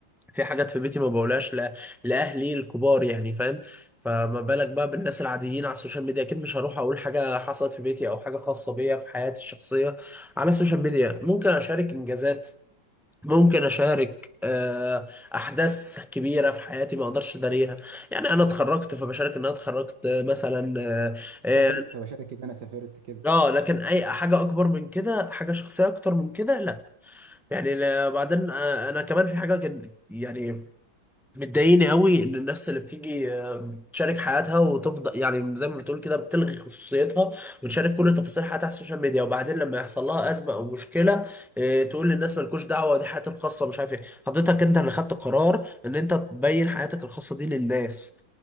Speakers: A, in the centre; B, on the right (about 55°).
A: في حاجات في بيتي ما بقولهاش لا- لاهلي الكبار يعني فاهم فما بالك بقى بالناس العاديين على السوشيال ميديا اكيد مش هروح اقول حاجه حصلت في بيتي او حاجه خاصه بيا في حياتي الشخصيه على السوشيال ميديا ممكن اشارك انجازات ممكن اشارك آه، احداث كبيره في حياتي ما اقدرش اداريها يعني انا اتخرجت فبشارك ان انا اتخرجت آه، مثلا اه آه،
B: سافرت فبشارك ان انا سافرت كده
A: آه، لكن اي حاجه اكبر من كده حاجه شخصيه اكتر من كده لا يعني لا- بعدين آه، انا كمان في حاجه كد- يعني مضايقني قوي ان الناس اللي بتيجي آه، تشارك حياتها وتفضل يعني زي ما بتقول كده بتلغي خصوصيتها وتشارك كل تفاصيل حياتها على السوشيال ميديا وبعدين لما يحصل لها ازمه او مشكله آه، تقول للناس مالكوش دعوه دي حياتي الخاصه مش عارف ايه حضرتك انت اللي خدت قرار ان انت تبين حياتك الخاصه دي للناس